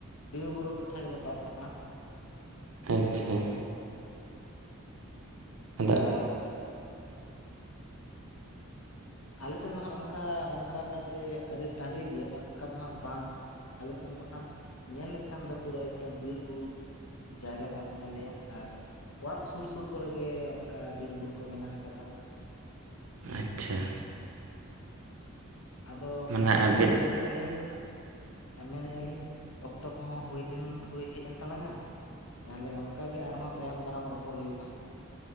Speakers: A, on the left; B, on the right.
A: ᱵᱤᱨ ᱵᱩᱨᱩ ᱴᱚᱴᱷᱟ ᱜᱮᱞᱮ ᱯᱟᱲᱟᱜ ᱠᱟᱱᱟ᱾
B: ᱟᱪᱪᱷᱟ ᱾ ᱟᱫᱚ
A: ᱟᱨ ᱟᱞᱮ ᱥᱮᱱ ᱫᱚ ᱦᱟᱸᱜ ᱚᱱᱠᱟ, ᱚᱱᱠᱟ ᱡᱮ ᱟᱹᱰᱤ ᱴᱟᱺᱰᱤ ᱜᱮᱭᱟ ᱚᱱᱠᱟ ᱫᱚ ᱦᱟᱸᱜ ᱵᱟᱝ ᱟᱞᱮ ᱥᱮᱱ ᱫᱚ ᱦᱟᱸᱜ ᱧᱮᱞ ᱞᱮᱠᱷᱟᱱ ᱫᱚ ᱯᱩᱨᱟᱹ ᱮᱠᱫᱚᱢ ᱵᱤᱨ ᱵᱩᱨᱩ ᱡᱟᱭᱜᱟ ᱠᱟᱱ ᱛᱟᱞᱮᱭᱟ ᱟᱨ ᱚᱲᱟᱜ ᱥᱩᱨ, ᱥᱩᱨ ᱠᱚᱨᱮ ᱜᱮ ᱚᱱᱠᱟ ᱵᱤᱨ ᱵᱩᱨᱩ ᱠᱚ ᱢᱮᱱᱟᱜ ᱟᱠᱟᱫᱟ᱾
B: ᱟᱪᱪᱷᱟ ᱾
A: ᱟᱫᱚ
B: ᱢᱟᱱᱮ
A: ᱜᱚᱝᱠᱮ
B: ᱟᱹᱵᱤᱱ
A: ᱢᱮᱱᱮᱫ ᱟᱹᱞᱤᱧ, ᱢᱮᱱᱮᱫ ᱟᱹᱞᱤᱧ ᱚᱠᱛᱚ ᱠᱚᱦᱚᱸ ᱦᱩᱭᱮᱱ ᱦᱩᱭ ᱦᱮᱡ ᱮᱱ ᱛᱟᱞᱟᱝᱼᱟ᱾ ᱛᱟᱦᱚᱞᱮ ᱚᱱᱠᱟ ᱜᱮ ᱟᱨᱦᱚᱸ ᱛᱟᱭᱚᱢ ᱫᱟᱨᱟᱢ ᱨᱚᱯᱚᱲ ᱦᱩᱭᱩᱜᱼᱟ ᱾